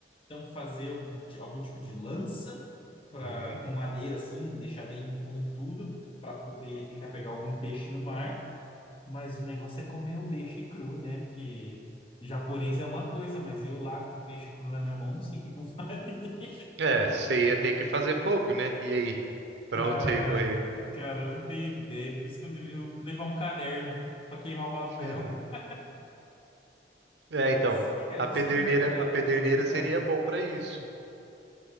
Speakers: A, on the left; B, on the right.
A: então fazer um- algum tipo de lança pra,
B: Uhum.
A: com madeira assim, deixar bem pontudo para poder tentar pegar algum peixe no mar. Mas o negócio é comer o peixe cru, né? Porque japonês é uma coisa, mas eu lá com o peixe cru na minha mão, não sei o que que eu faria. <laughs>
B: É, você ia ter que fazer fogo, né? E aí? Pra
A: Ah,
B: onde você ia correr?
A: cara, eu não tenho ideia. Por isso que eu, deve- eu levar um caderno para queimar o papel.
B: <laughs>
A: <laughs>
B: É,
A: Eu
B: então,
A: não sei, cara,
B: a
A: eu não
B: pederneira,
A: sei como que eu faria
B: a pederneira
A: fogo, de verdade.
B: seria bom pra isso.